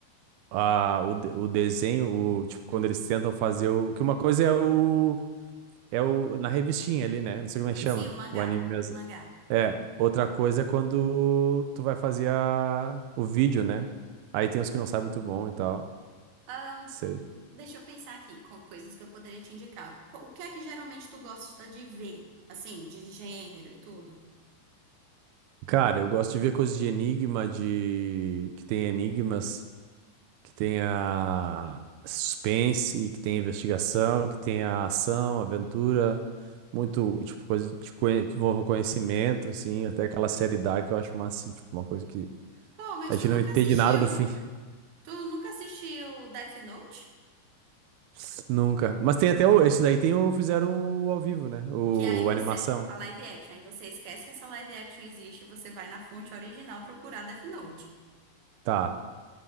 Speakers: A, on the right; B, on the right.
A: a, o, de- o desenho, o, tipo, quando
B: Hum.
A: eles tentam fazer o. Que uma coisa é o. É o. Na revistinha ali, né? Não sei como é que chama.
B: Sim, o mangá.
A: O anime mesmo.
B: Mangá.
A: É. Outra coisa é quando tu vai fazer a, o vídeo, né? Aí tem uns que não sabem muito bom e tal.
B: Ahn,
A: Sei.
B: deixa eu pensar aqui com coisas que eu poderia te indicar. Co- O que é que geralmente tu gosta de ver? Assim, de gênero e tudo?
A: Cara, eu gosto de ver coisas de enigma, de. Que tem enigmas. que tenha suspense, que tenha investigação, que tenha ação, aventura, muito, tipo, coisa de conhe- que envolva conhecimento, assim, até aquela série Dark que eu acho massa, assim, tipo, uma coisa que
B: Pô, mas
A: a gente
B: tu nunca
A: não entende
B: assistiu.
A: nada no fim,
B: Tu nunca assistiu Death Note?
A: <laughs> nunca. Mas tem até o, esse daí tem o, fizeram o ao vivo, né? O
B: Que aí você.
A: a animação.
B: A live action, aí você esquece que essa live action existe e você vai na fonte original procurar Death Note.
A: Tá.